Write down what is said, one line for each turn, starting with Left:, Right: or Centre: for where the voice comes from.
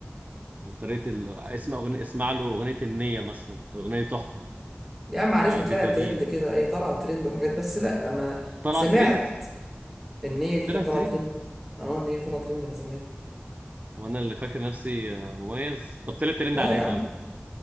Right: طريقة ال... اسم أغنية اسمع له أغنية النية مثلا أغنية تحفة
Centre: يا عم عارفها
Right: آه بتدين
Centre: طلعت ترند كده اي طالعه ترند وحاجات بس لا ما
Right: طلع
Centre: سمعت
Right: ترند
Centre: ان هي دي
Right: طلع
Centre: كانت
Right: ترند
Centre: طالعه ترند اه ان هي طالعه ترند من زمان
Right: وأنا اللي فاكر نفسي آه، مميز طب طلع ترند
Centre: لا
Right: على
Centre: يا
Right: إيه طيب
Centre: عم